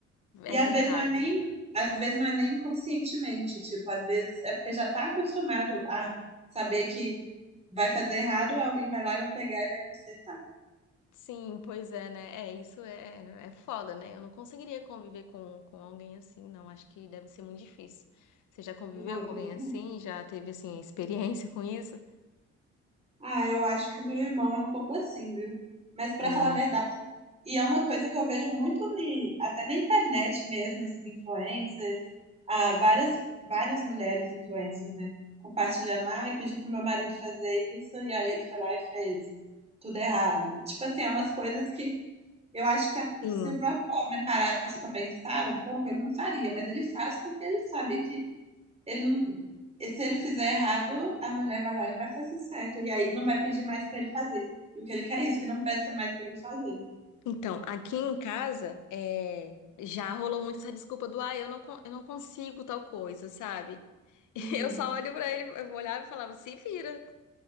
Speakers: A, on the left; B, on the right.
A: É
B: E às
A: verdade.
B: vezes não é nem, às vezes não é nem conscientemente, tipo, às vezes é porque já tá acostumado a saber que vai fazer errado, alguém vai lá e vai pegar e vai consertar.
A: Sim, pois é, né? É, isso é, é é foda, né? Eu não conseguiria conviver com, com alguém assim, não. Acho que deve ser muito difícil. Você já conviveu
B: Não, eu
A: com
B: também
A: alguém assim?
B: não.
A: Já teve, assim, experiência com isso?
B: Ah, eu acho que o meu irmão é um pouco assim, viu? Mas pra
A: É,
B: falar
A: né?
B: a verdade, e é uma coisa que eu vejo muito ni- até na internet mesmo, esses influencers, ah, várias várias mulheres influencers, né, compartilhando, ah, eu pedi pro meu marido fazer isso e aí ele foi lá e fez tudo errado. Tipo assim, é umas coisas que Eu acho que a-
A: Sim.
B: se o próprio homem parasse para pensar um pouco, ele não faria, mas ele faz porque ele sabe que ele não- e se ele fizer errado, a mulher vai lá e vai fazer certo. E aí não vai pedir mais para ele fazer. E o que ele quer é isso, que não peça mais para ele fazer.
A: Então, aqui em casa, é, já rolou muito essa desculpa do, ah, eu não, con- eu não consigo tal coisa, sabe? <laughs>
B: Uhum.
A: Eu só olho pra ele, eu olhava e falava, se vira,